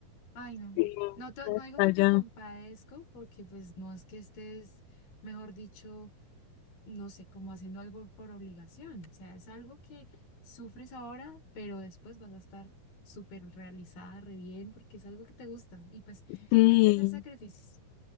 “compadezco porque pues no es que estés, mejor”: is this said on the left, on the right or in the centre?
Left